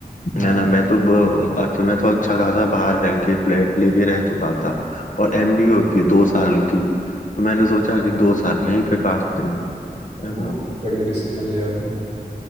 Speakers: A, on the right; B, on the left.
A: हाँ,
B: है ना मैं तो ब- अच्छा मैं तो अच्छा खासा बाहर रह के फ्लैट लेके रह चुका था और एमबी होती है दो साल की तो मैंने सोचा कि दो साल यहीं पे काटते हैं है
A: वो
B: ना
A: बहुत बढ़िया डिसीजन लिया आपने